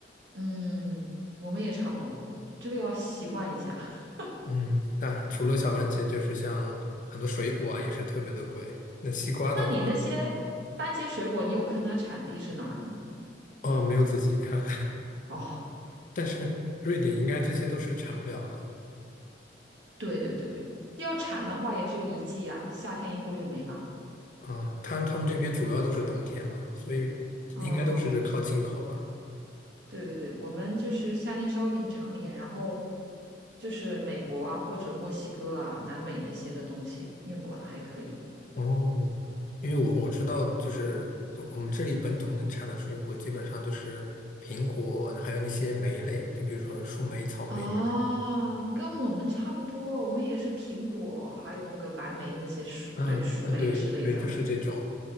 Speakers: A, on the right; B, on the left.
A: 嗯，我们也差不多，这个要习惯一下。<laughs>
B: 嗯，但除了小番茄，就是像很多水果啊也是特别的贵。那西瓜的话，
A: 那你那些番茄水果，你有看它产地是哪儿的吗？
B: 哦，没有仔细看，
A: 哦，
B: <laughs> 但是瑞典应该这些都是产不了的
A: 对对对，要产的话也只有一季呀，夏天一过就没啦。
B: 啊，他他们这边主要都是冬天嘛，所以应该都是靠进口了。
A: 嗯，对对对，我们就是夏天稍微比你长一点，然后就是美国啊或者墨西哥啊、南美那些的东西运过来还可以。
B: 哦，因为我我知道，就是我们这里本土能产的水果，基本上就是苹果，还有那些莓类，就比如说树莓、草莓之类的。
A: 啊，跟我们差不多，我们也是苹果，还有那个蓝莓那些树，
B: 嗯啊，
A: 对，树莓之类的。
B: 对对，就是这种。